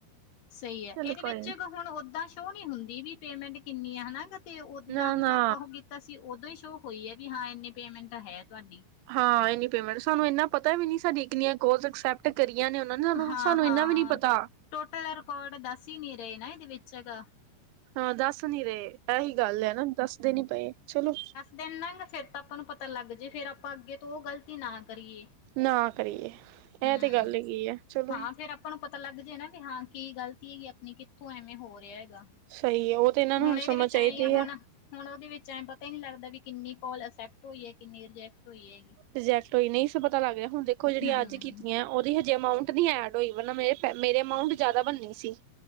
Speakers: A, on the left; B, on the right.
A: ਸਹੀ ਐ
B: ਚਲੋ
A: ਇਹਦੇ
B: ਕੋਈ
A: ਵਿੱਚ
B: ਨੀ
A: ਇਕ ਹੁਣ ਓਦਾਂ ਸ਼ੋਨੀ ਹੁੰਦੀ ਵੀ ਪੇਮੈਂਟ ਕਿੰਨੀ ਐ ਹੈਨਾ ਏ ਕਰਕੇ ਤੇ ਉਦਾਂ
B: ਨਾ ਨਾ
A: ਜਿਦਾ ਆਪਾਂ ਤਾਂ ਅਸੀਂ ਉਦੋਂ ਹੀ ਸ਼ੋਅ ਹੋਈ ਹੈ ਵੀ ਹਾਂ ਇੰਨੀ ਪੇਮੈਂਟ ਹੈ ਤੁਹਾਡੀ।
B: ਹਾਂ, ਏਨੀ ਪੇਮੈਂਟ ਸਾਨੂੰ ਐਨਾ ਪਤਾ ਵੀ ਨੀ ਸਾਡਿਆ ਕਿਨੀਆ ਕਾੱਲ ਐਕਸੈਪਟ ਟ ਕਰੀਆਂ ਨੇ ਉਹਨਾਂ ਨੇ
A: ਹਾਂ
B: ਸਾਨੂੰ
A: ਹਾਂ
B: ਇੰਨਾ ਵੀ ਨੀ ਪਤਾ।
A: ਟੋਟਲ ਰਿਕਾਰਡ ਦੱਸ ਈ ਨਹੀਂ ਰਹੇ ਨਾ। ਇਹਦੇ ਵਿੱਚ ਹੈਗਾ।
B: ਹਾਂ ਦੱਸ ਨੀ ਰਹੇ‌ ਇਹੀ ਗੱਲ ਹੈ ਨਾ, ਦੱਸਦੇ ਨੀ ਪਏ ਚਲੋ।
A: ਦੇਨਾ ਏ ਫਿਰ ਤਾਂ ਆਪਾਂ ਨੂੰ ਪਤਾ ਲੱਗ ਜੇ ਫਿਰ ਆਪਾਂ ਅੱਗੇ ਤੋਂ ਉਹ ਗਲਤੀ ਨਾ ਕਰੀਏ।
B: ਨਾ ਕਰੀਏ। ਇਹ
A: ਹੂੰ
B: ਤੇ ਗੱਲ ਹੈਗੀ ਐਂ, ਚਲੋ।
A: ਹਾਂ ਫੇਰ ਆਪਾਂ ਨੂੰ ਪਤਾ ਲੱਗ ਜਾਏ ਨਾ ਵੀ ਹਾਂ ਕੀ ਗਲਤੀ ਹੈਗੀ ਆਪਣੀ, ਕਿੱਥੋਂ ਐਵੇਂ ਹੋ ਰਿਹਾ ਹੈਗਾ।
B: ਸਹੀ ਐ ਉਹ ਤੇ ਇਹਨਾਂ ਨੂੰ
A: ਹੁਣ ਇਹਦੇ
B: ਸਮਝ
A: ਵਿੱਚ
B: ਚਾਹੀਦੀ
A: ਆਏਂ ਆ ਹੁਣ
B: ਹੈ
A: ਹੁਣ ਉਹਦੇ ਵਿੱਚ ਆਏ ਪਤਾ ਈ ਨੀ ਲੱਗਦਾ ਵੀ ਕਿੰਨੀ ਕੋਲ ਅਕਸੈਪਟ ਹੋਈ ਹੈ, ਕਿੰਨੀ ਰਿਜੈਕਟ ਹੋਈ ਹੈਗੀ?
B: ਰਿਜੈਕਟ ਹੋਈ ਨਹੀਂ ਸੋ ਪਤਾ ਲੱਗ ਰਿਹਾ। ਹੁਣ ਦੇਖੋ ਜਿਹੜੀ
A: ਹਮ
B: ਅੱਜ ਕੀ ਕੀਤੀਆਂ ਉਹਦੀ ਹਜੇ ਅਮਾਊਂਟ ਨੀ ਐਡ ਹੋਈ ਵ ਮੇਰੇ- ਮੇਰੇ ਅਮਾਊਂਟ ਜਿਆਦਾ ਬਣਨੀ ਸੀ।